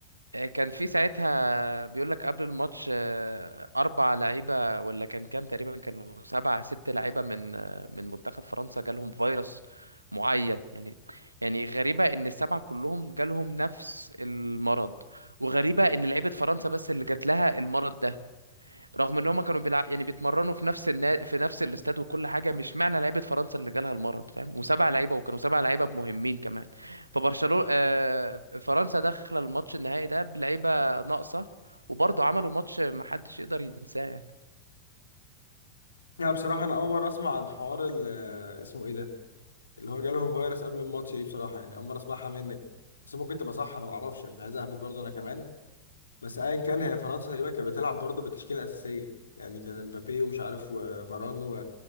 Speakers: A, on the right; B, on the left.
A: آه، كان في ساعتها بيقول لك قبل الماتش آه، اربع لعيبه ولا كان كام تقريبا كانوا سبعة ست لعيبه من آه، من منتخب فرنسا جالهم فيروس معين يعني يعني غريبه ان السبعه كلهم جالهم نفس المرض وغريبه ان لعيبه فرنسا بس اللي جات لها المرض ده رغم ان هما كانوا بيلع... يعني بيتمرنوا في نفس النا... في نفس الاستاد وكل حاجه مش معنى لعيبه فرنسا اللي جالها المرض فاهم وسبع لعيبه وكانوا سبع لعيبه مهمين كمان فبرشلونه آه... فرنسا داخله الماتش النهائي ده بلعيبه ناقصه وبرضه عملوا ماتش محدش يقدر ينساه يعني
B: يعني بصراحة أنا أول مرة أسمع عن حوار ال- اسمه إيه ده اللي هو جالهم فيروس قبل الماتش دي بصراحة يعني أول مرة أسمعها منك بس ممكن تبقى صح أنا معرفش يعني عايز أهبط برضه أنا كمان بس أيا كان هي فرنسا تقريبا كانت بتلعب برضه بالتشكيلة الأساسية يعني كان مبابي ومش عارف وفاران